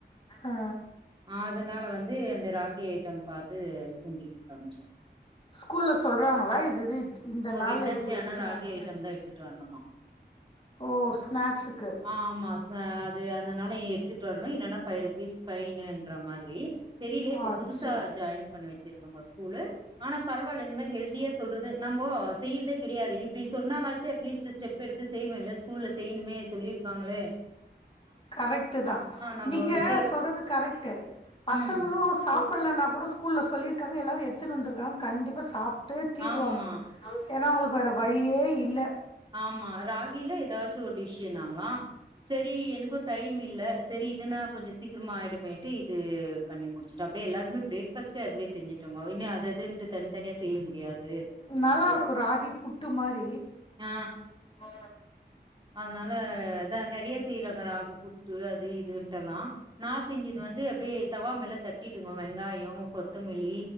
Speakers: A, on the left; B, on the right.
A: ஆ
B: அதனால வந்து அந்த ரா கி ஐட்டம் பாத்து செஞ்சி குத் அமிச்ச
A: கூல்ல சொல்றாங்களா இது இது இந்த நாள்ல
B: வெட்னஸ்டே
A: இது
B: ஆனா
A: எத்துறாங்க
B: ராகி ஐட்டம் தா எடுத்துட்டு வரணுமா
A: ஓ ஸ்நாக்ஸ்க்கு
B: ஆமா அது அந்த நாள்ல நீ எத்துட்டு வரனு இல்லன்னா ஃபை ருபீஸ் பைனுன்ற மாரி தெரிலே இப்ப
A: அச்சோ
B: புதுசா ஜாயின் பண்ண வச்சிருக்கோங்க ஸ்கூல்லு ஆனா பரவால்ல இந்த மாரி ஹெல்தியா சொல்றது நம்போ செய்றதே கெடையாது இப்டி சொன்னாலாச்சு அட்லீஸ்ட் ஸ்டெப் எடுத்து செய்வேல்ல ஸ்கூல்ல செய்ணுமே சொல்லிருக்காங்ளே
A: கரெக்ட்டுதா
B: நம்போ
A: நீங்க
B: சேப்போ
A: சொல்றது கரெக்ட்டு பசங்களு
B: ம்
A: சாப்பலனா கூட ஸ்கூல்ல சொல்லிருக்காங்க எல்லாரு எத்துன்னு வந்துருக்காங் கண்டிப்பா சாப்ட்டே தீருவாங்க
B: ஆமா
A: ஏனா அவங்களுக்கு வேற வழியே இல்ல
B: ஆமா ராகிலே எதாச்சு ஒரு டிஷ்ஷுன்னாங்ளா சரி எனக்கு டைம் இல்ல சரி இதனா கொஞ்சொ சீக்கிரமா ஆயிடுமேன்டு இது பண்ணி முடி ச்சுட்டு அப்டியே எல்லாருக்மே பிரேக்ஃபாஸ்ட் அதுவே செஞ்சுட்டங்கோ இன்னி அது அதுன்னுட்டு தனி தனியா செய்ய முடியாது
A: நல்லாருக்கு ராகி புட்டு மாரி
B: ஆ
A: ஆ
B: அதனால அத நெறைய செய்றாங்க ராகு புட்டு அது இதுன்ட்டெல்லா நா செஞ்சது வந்து அப்டியே தவா மேல தட்டிட்டுங்கோ வெங்காயோ கொத்தமல்லி